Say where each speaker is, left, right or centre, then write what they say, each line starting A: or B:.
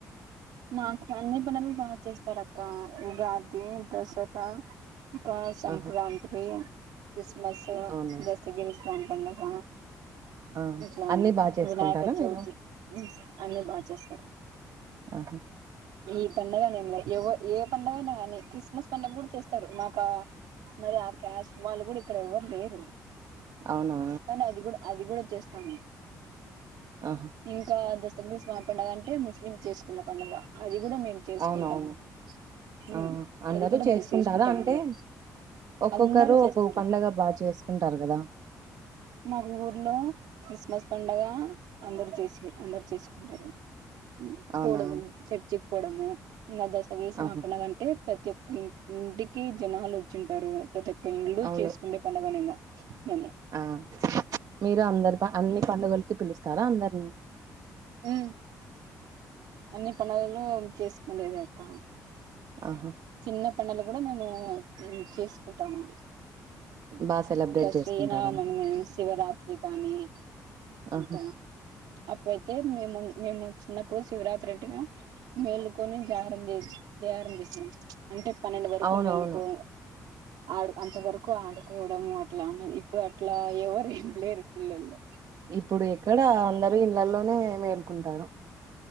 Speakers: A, on the right; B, on the right.
A: మాకు అన్ని పండగలు బాగా చేస్తారు అక్క ఉగాది దసరా ఇంకా సంక్రాంతి
B: ఆహా
A: క్రిస్మస్సు
B: అవునా
A: జస్తగి గట్లందాప
B: ఆ
A: ఇట్లా
B: అన్ని బాగా చేసుకుంటారా
A: వినాయక
B: మీరు
A: చవితి ఉ అన్ని బాగా చేస్తారు.
B: ఆహా
A: ఈ పండుగ అనేమ్లా ఏవో ఏ పండుగనే కానీ క్రిస్మస్ కూడా చేస్తారు మాకు ఆ క్యాస్ట్ వాళ్ళు కూడా ఇక్కడ ఎవ్వరు లేేరు
B: అవునా
A: కానీ అది కూడా అది కూడా చేస్తాము
B: ఆహా
A: ఇంకా దస్తగిరి స్వామి పండుగ అంటే ముస్లిం చేసుకున్న పండుగా అయ్ అది కూడా మేము చేసుకుంటాము
B: అవునవును
A: ఉ
B: ఆ అందరూ
A: అది కూడా
B: చేసుకుంటారా
A: మేము చేసుకుంటాం
B: అంటే
A: అందరు.
B: ఒక్కొక్కరు
A: అందరూ చేస్తారు
B: ఒక్కొక్క పండగ బాగా చేసుకుంటారు కదా.
A: మాకు ఊర్లో క్రిస్మస్ పండగ అందరు చేసి అందరు చేసుకుంటారు ఉ
B: అవునా
A: పోవడం చర్చ్ పోడము ఇంకా దస్తగిరి స్వామి
B: ఆహా
A: పండగ అంటే ప్రతి ఒక్క ఇ ఇంటికి జనాలు వచ్చింటారు ప్రతి ఒక్క ఇండ్లు
B: అవును
A: చేసుకుండే పండగా నిన్న మేము
B: ఆ మీరు అందరి అన్ని పండుగలకి పిలుస్తారా అందరినీ.
A: ఉ అన్ని పండగలు చేసుకుండేది అక్క
B: ఆహా
A: చిన్న పండగలు కూడా మేము ఉ చేసుకుంటాము
B: బాగా సెలబ్రేట్
A: ద
B: చేసుకుంటారా
A: శ్రీ రామనవమి శివరాత్ త్రి కానీ
B: ఆహా
A: ఇంకా అప్పుడైతే మేము మేము చిన్నప్పుడు శివరాత్రి అటేగా మేలుకొని జాగరం చే జాగరం చేసినం. అంటే పన్నెండు వరకు
B: అవునవును
A: మేలుకో ఆడు అంతవరకు ఆడుకోవడం అట్లా ఉన్నది ఇప్పుడు అట్లా ఎవరు ఏం లేరు పిల్లలు.
B: ఇప్పుడు ఎక్కడ అందరు ఇళ్లలోనే మేల్కుంటారు.